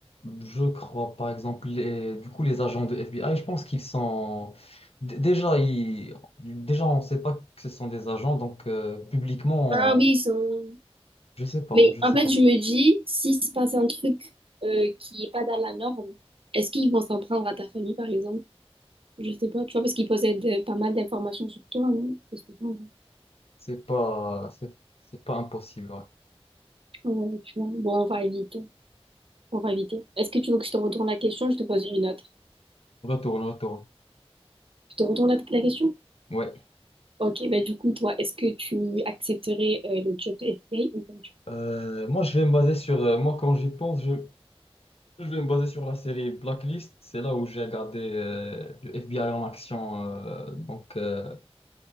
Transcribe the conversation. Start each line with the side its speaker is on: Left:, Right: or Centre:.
Left: je crois, par exemple, les, du coup, les agents de FBI, je pense qu'ils sont... d- Déjà, ils- déjà on ne sait pas que ce sont des agents, donc euh, publiquement,
Right: Ah oui,
Left: on-
Right: ils sont...
Left: je sais pas,
Right: Mais
Left: je
Right: en
Left: sais
Right: fait,
Left: pas.
Right: je me dis, s'il se passe un truc euh, qui est pas dans la norme, est-ce qu'ils vont s'en prendre à ta famille, par exemple? Je sais pas, tu vois, parce qu'ils possèdent euh, pas mal d'informations sur toi, non? Je sais pas, ouais.
Left: C'est pas, c'est, c'est pas impossible, ouais.
Right: Ouais, tu vois. Bon, on va éviter. On va éviter. Est-ce que tu veux que je te retourne la question? Je te pose une autre.
Left: Retourne, retourne.
Right: Je te retourne la, la question?
Left: Oui.
Right: Ok, bah du coup, toi, est-ce que tu accepterais euh, le job de FBA ou pas du coup?
Left: Euh, moi, je vais me baser sur... euh, moi, quand j'y pense, je, je vais me baser sur la série Blacklist. C'est là où j'ai regardé euh, le FBI en action. euh, donc... euh,